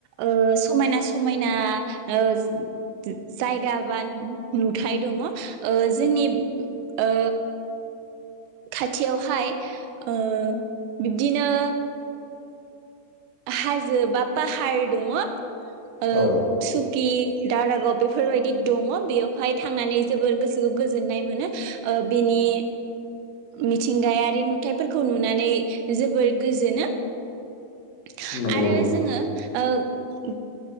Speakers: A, on the right; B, on the left.
A: ओ समायना समायना ओ ज जायगा बा नुथाय दङ 'ओ जोंनि ओ खाथियावहाय ओ बिब्दिनो हाजो बा पाहार दङ'। ओब
B: औ
A: सुखि दारागाव बेफोरबायदि दङ' बेयाव हाय थांनानै जोबोर गोसोखो गोजोननाय मोनो। ओ बिनि मिथिंगायारि नुथाइफोरखौ नुनानै जोबोर गोजोनो। <unintelligible>
B: नंगौ
A: आरो
B: नोंथां
A: जोङो ओ उ